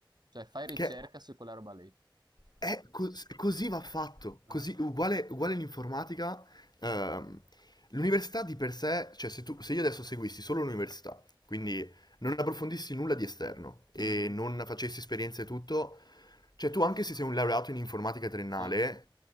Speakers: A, on the right (about 55°); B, on the left (about 55°).
A: Cioè, fai ricerca
B: Che
A: su quella roba lì.
B: è cos- così va fatto.
A: Ah.
B: Così, uguale, uguale l'informatica. ehm, l'università di per sé, cioè se, tu, se io adesso seguissi solo l'università, quindi non approfondissi nulla di esterno e
A: Mh-mh.
B: non facessi esperienze e tutto, Cioè tu anche se sei un laureato in informatica triennale,
A: Sì.